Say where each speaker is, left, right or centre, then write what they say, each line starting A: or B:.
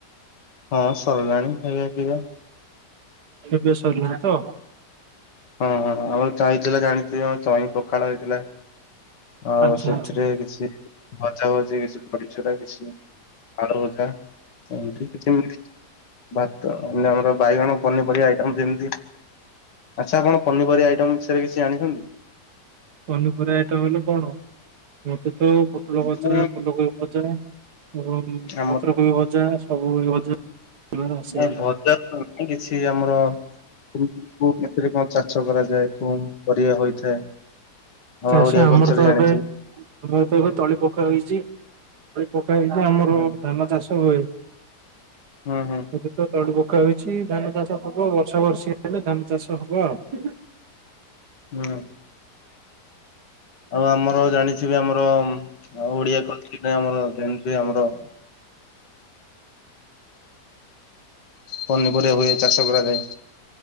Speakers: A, on the left; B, on the right.
A: ହଁ ସରିଲାଣି ଖାଇବା ପିଇବା।
B: ଖିଆ ପିଆ ସରିଲା ତ?
A: ହଁ ହଁ ହଁ ଆମର ଚାଇଁଥିଲା ଜାଣିଥିବେ ଆମ ଚଇଁ ପଖାଳ ହେଇଥିଲା। ଆଉ
B: ଆଚ୍ଛା
A: ସେଥିରେ
B: ଆଚ୍ଛା
A: କିଛି ଭଜା ଭଜି କିଛି ବଢି ଚୁରା ମିଶିଲା ଆଳୁଭଜା ସେମିତି କିଛି ଭାତ ମାନେ ଆମର ବାଇଗଣ ପନିପରିବା ଆଇଟମ୍ ଯେମିତି ଆଚ୍ଛା ଆପଣ ପନିପରିବା ଆଇଟମ୍ ବିଷୟରେ କିଛି ଜଣିଛନ୍ତି?
B: ପନିପରିବା ଆଇଟମ୍ ହେଲେ କଣ ମତେ ତ ପୋଟଳ ଭଜା
A: ମୁଁ
B: ଫୁଲକୋବି ଭଜା ଏବଂ
A: ଆମର
B: ପତ୍ରକୋବି ଭଜା ସବୁ ଭଜା କରିବାର ଆସେ।
A: ନାଇଁ ଭଜା ନାହିଁ କିଛି ଆମର କୋଉ ଋତୁ ରେ କଣ ଚାଷ କରାଯାଏ କଣ ପରିବା ହୋଇଥାଏ? ଆମ
B: ଚାଷ
A: ଓଡିଆ
B: ଆମର
A: କଲଚର
B: ତ
A: ଜାଣିଥିବେ।
B: ଏବେ ଆମର ତ ଏବେ ତଳି ପକା ହୋଇଚି। ତଳି ପକା ହୋଇଚି ଆମର
A: ହୁଁ
B: ଧାନ ଚାଷ ହୁଏ
A: ହୁଁ ହୁଁ
B: ଏବେ ତ ତଳି ପକା ହୋଇଚି ଧାନ ଚାଷ ହବ ବର୍ଷା ବର୍ଷି ହେଲେ ଧାନ ଚାଷ ହବ ଆଉ।
A: ହୁଁ। ଆଉ ଆମର ଜାଣି ଥିବେ ଆମର ଆଉ ଓଡିଆ <unintelligible> ଆମର ଜାଣି ଥିବେଆମର ପନିପରିବା ହୁଏ ଚାଷ କରାଯାଏ।